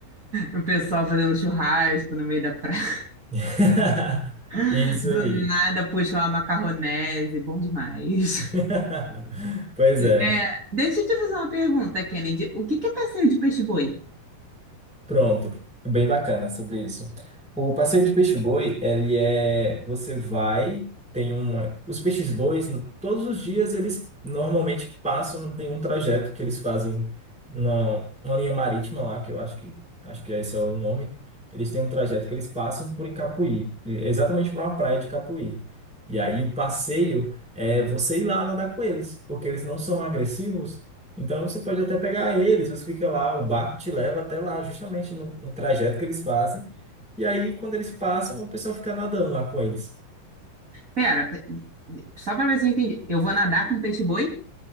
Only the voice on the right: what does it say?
O pessoal fazendo churrasco no meio da praia.
<laughs>
Do
nada puxou uma macarronese, bom demais.
É, deixa eu te fazer uma pergunta, Kennedy. O que que é passeio de peixe-boi?
Pera, pe- só para ver se eu entendi. Eu vou nadar com peixe-boi?